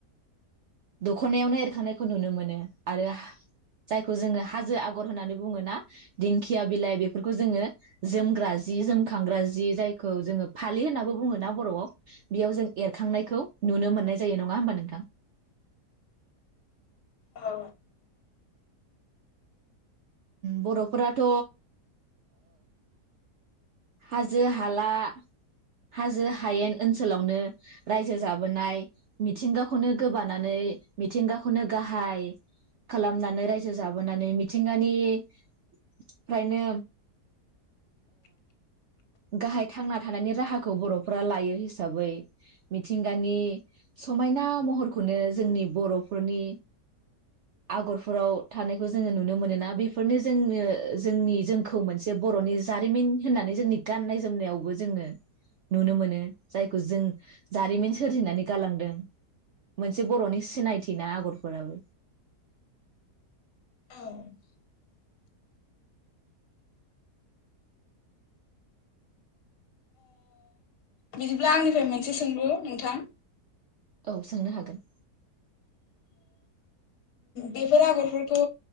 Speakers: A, on the right; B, on the left.
A: दखनायावनो एरखांनायखौ नुनो मोनो आरो जायखौ जोङो हाजो आगर होननानै बुङो ना दिंखिया बिलाइ बेफोरखौ जोङो जोमग्रा जि जोमखांग्रा जि जाय जोङो फालि होन्नाबो बुङो ना बर'आव बेयाव जों एरखांनायखौ नुनो मोननाय जायो नङा होमबा नोंथां?
B: औ
A: बर'फोराथ' हाजो हाला हाजो हायेन ओनसोलावनो रायजो जाबोनाय मिथिंगाखौनो गोबानानै मिथिंगाखौनो गाहाय खालामनानै रायजो जाबोनानै मिथिंगानिफ्रायनो गाहाय थांना थानायनि राहाखौ बर'फोरा लायो हिसाबै मिथिंगानि समायना महरखौ बेखौनो जोंनि बर'फोरनि आगरफोराव थानायखौ जोङो नुनो मोनोना बेफोरनो जोंनो जोंनि जोंखौ मोनसे बर'नि जारिमिन होननानै जोंनि गाननाय जोमनायावबो जोङो नुनो मोनो जायखौ जों जारिमिन सोरजिनानै गालांदों मोनसे बर'नि सिनायथि ना आगरफोराबो
B: औ बिदिब्ला आंनिफ्राय मोनसे सोंलु नोंथां
A: औ सोंनो हागोन।
B: बेफोर आगरफोरखौ